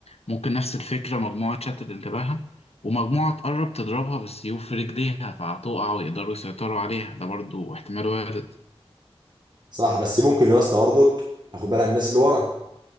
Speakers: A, on the left (about 80°); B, on the right (about 45°).
A: ممكن نفس الفكره مجموعه تشتت انتباهها ومجموعه تقرب تضربها بالسيوف في رجليها فهتقع ويقدروا يسيطروا عليها ده برضو احتمال وارد
B: صح بس ممكن يا اسطى برضك اخد بالها من الناس اللي ورا